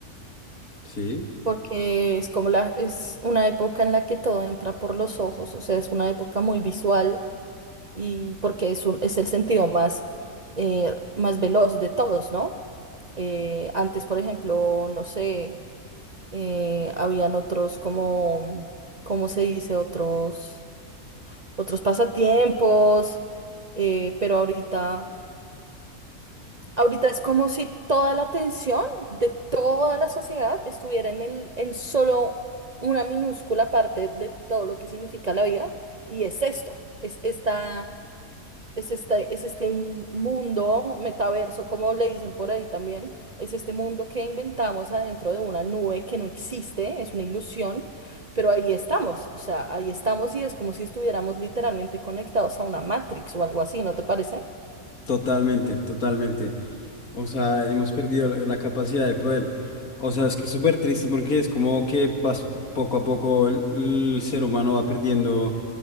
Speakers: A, on the left; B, on the right.
A: Sí,
B: porque es como la, es una época en la que todo entra por los ojos, o sea, es una época muy visual y porque es un- es el sentido más, eh, más veloz de todos, ¿no? Eh, antes, por ejemplo, no sé, eh, habían otros como, ¿cómo se dice? Otros, otros pasatiempos, eh, pero ahorita Ahorita es como si toda la atención de toda la sociedad estuviera en el, en solo una minúscula parte de todo lo que significa la vida, y es esto, es esta, es este, es este mundo metaverso, como le dicen por ahí también, es este mundo que inventamos adentro de una nube que no existe, es una ilusión, pero ahí estamos, o sea, ahí estamos y es como si estuviéramos literalmente conectados a una Matrix o algo así, ¿no te parece?
A: totalmente, totalmente. O sea, hemos perdido la la capacidad de poder. O sea, es que es súper triste porque es como que vas- poco a poco el, el ser humano va perdiendo